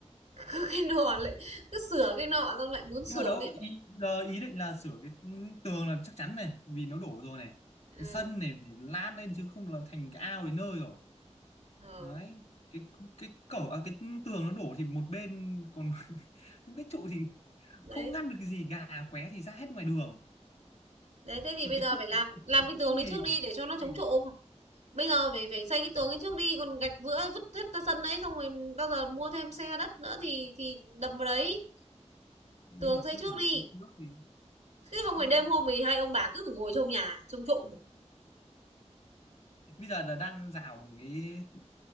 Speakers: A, on the right (about 75°); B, on the left (about 65°).
A: <laughs> cái nọ lại, cứ sửa cái nọ, xong lại muốn sửa
B: nhưng mà đâu
A: cái...
B: ý, giờ ý định là sửa cái ừ, tường là chắc chắn này vì nó đổ rồi này
A: Ừ,
B: cái sân này phải lát lên chứ không là thành cái ao đến nơi rồi
A: ừ.
B: đấy cái cái cổng à, cái tường nó đổ thì một bên còn <laughs> đúng cái trụ thì
A: đấy
B: không ngăn được cái gì gà qué thì ra hết ngoài đường
A: Đấy, thế thì
B: thì
A: bây
B: cái
A: giờ
B: trụ
A: phải làm
B: cái
A: làm
B: trụ
A: cái
B: cũ
A: tường đấy trước
B: thì
A: đi
B: phải
A: để cho nó
B: thay.
A: chống trộm. Bây giờ phải phải xây cái tường ấy trước đi, còn gạch vữa vứt hết ra sân đấy xong rồi bao giờ mua thêm xe đất nữa thì thì đầm vào đấy,
B: nhưng
A: tường
B: mà
A: xây
B: chắc
A: trước
B: phải đổ
A: đi.
B: sang nước thì
A: Chứ không
B: ý,
A: phải đêm hôm thì hai ông bà cứ phải ngồi trong nhà trông trộm.
B: bây giờ là đang rào bằng cái